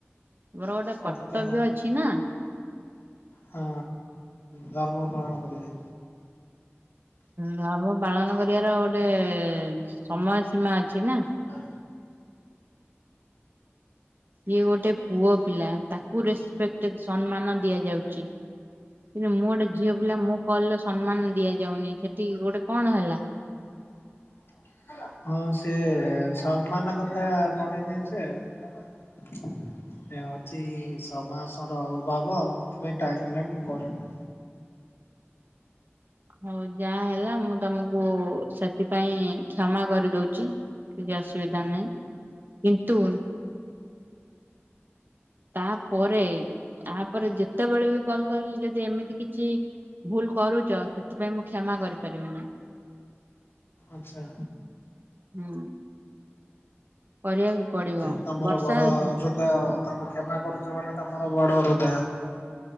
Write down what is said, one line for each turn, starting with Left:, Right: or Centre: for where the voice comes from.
Right: ମୋର ଗୋଟେ
Left: କର୍ତ୍ତା
Right: କର୍ତ୍ତବ୍ୟ ଅଛି ନା।
Left: ହଁ ଧର୍ମ ପାଳନ କରିବେ।
Right: ଧର୍ମ ପାଳନ କରିବାର ଗୋଟେ ସମୟ ସୀମା ଅଛି ନା।
Left: ହ।
Right: ଯିଏ ଗୋଟେ ପୁଅ ପିଲା ତାକୁ ରେସପେକ୍ଟ ସମ୍ମାନ ଦିଆଯାଉଛି କିନ୍ତୁ ମୁଁ ଗୋଟେ ଝିଅ ପିଲା ମୋ କଲ ସମ୍ମାନ ଦିଆଯାଉନି ସେଠି ଗୋଟେ କଣ ହେଲା।
Left: ହ ହଁ ସେ ସମ୍ମାନ କଥା ପଡିନି ଯେ <unintelligible> ସେ ଅଛି ଛଅ ମାସର ଅଭାବ ଆଉ ସେଥିପାଇଁ ଟାଇମ ହେଲାଣି ମୁଁ କରିନି
Right: ହଉ ଯାହା ହେଲା ମୁଁ ତମକୁ ସେଥିପାଇଁ କ୍ଷମା କରିଦଉଛି। କିଛି ଅସୁବିଧା
Left: ଆଚ୍ଛା
Right: ନାହିଁ କିନ୍ତୁ ତାପରେ ତାପରେ ଯେତେବେଳେ ବି କଲ କରିଲି ଯଦି ଏମିତି କିଛି ଭୁଲ କରୁଛ ସେଥିପାଇଁ ମୁଁ କ୍ଷମା କରିପାରିବିନି
Left: ଆଚଛା।
Right: ହୁଁ କରିବାକୁ ପଡିବ
Left: ତମର
Right: ବର୍ଷା
Left: ବଡ ର
Right: ହଉଛି।
Left: ହ ଆଉ ତମେ କ୍ଷମା କରୁଛ ମାନ ତମର ବଡ ହୃଦୟ।